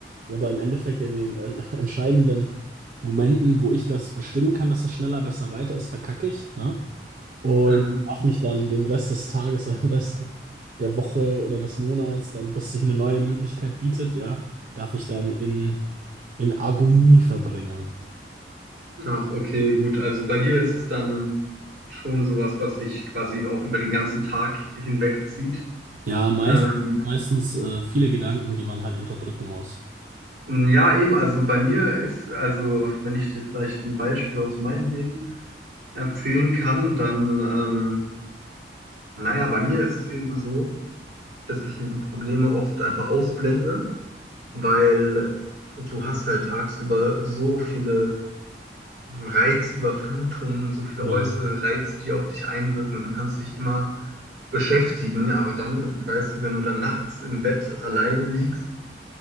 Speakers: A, on the right (about 45°); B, on the right (about 65°).
A: Aber im Endeffekt in den äh, <laughs> entscheidenden Momenten, wo ich das bestimmen kann, dass es schneller, besser, weiter ist, verkacke ich, ne? Und
B: Mhm.
A: darf mich dann den Rest des Tages, <laughs> den Rest der Woche oder des Monats, dann bis sich eine neue Möglichkeit bietet, ja, darf ich dann in, in Agonie verbringen.
B: Ach, okay, gut. Also bei dir ist es dann schon sowas, was sich quasi auch über den ganzen Tag hinwegzieht.
A: Ja, meist,
B: Ähm,
A: meistens äh, viele Gedanken, die man halt unterdrücken muss.
B: m, ja, eben. Also bei mir ist, also wenn ich dir vielleicht ein Beispiel aus meinem Leben erzählen kann, dann, ähm, naja, bei mir ist es eben so, dass ich diese Probleme oft einfach ausblende, weil du hast halt tagsüber so viele Reizüberflutungen, so viele
A: Ja,
B: äußere Reize, die auf dich einwirken und du kannst dich immer beschäftigen, aber dann, weißt du, wenn du dann nachts im Bett alleine liegst,